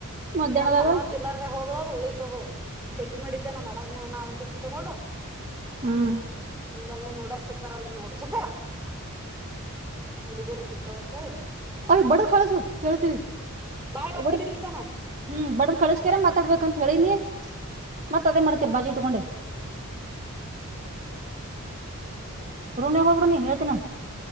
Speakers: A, on the right; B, in the centre.
A: ಮಧ್ಯಾಹ್ನದಾಗ
B: ಈಕ ನಮ್ ಸಾನವತ್ ಇಲ್ಲಾರ್ರ ಹೋದಳೋದು ಉಳಿತತದು ಜಗ್ಗಿ ಮಾಡಿದ ಇದನ ಮಾಡೋದ್ ನಾವ ಅಂತ ತಗೊಂಡು
A: ಹ್ಮ್
B: ನಿಲ್ಲ ನೋಡರ್ ತರಲ್ಲಿ ನಿ ಸೊಪ್ಪಾ ಹುಡುಗುರುತ್ತ ತ ತ
A: ಅದ ಬಡದ ಕಳಸ ಹೇಳ್ತೀರಿ
B: ಬಾಯ್ ಒತ್ತಿಡಿಲ್ತಾನ
A: ಬಡ ಹ್ಮ್ ಬಡ್ದ್ ಕಳಸ್ಕಾರ ಮಾತಾಡ್ಬೇಕಂತ ಹೇಳಿನಿ ಮತ್ತ ಅದೇ ಮಾಡ್ತೀರ್ ಬಾಜಿ ಉಟ್ಕೊಂಡೆ
B: ಹ್ಮ
A: ರುನಿಗ್ ಹೋಗಬಡ ನೀ ಹೇಳ್ತೀನ